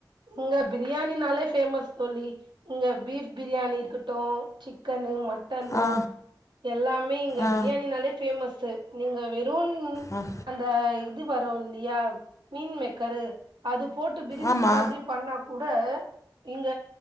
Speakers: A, on the right; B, on the left.
A: இங்க பிரியாணினாலே ஃபேமஸ் தோழி இங்க பீஃப் பிரியாணி இருக்கட்டு சிக்கனு மட் டன்னு
B: ஆ
A: எல்லாமே இங்க
B: ஆ
A: பிரியாணினாலே ஃபேமஸ்ஸு நீங்க வெறு
B: ஆ
A: அந்த இது வரு இல்லையா மீன்மே க்கரு அது போட்டு பிரிஞ்சி
B: ஆமா
A: மாதிரி பண்ணா கூட இங்க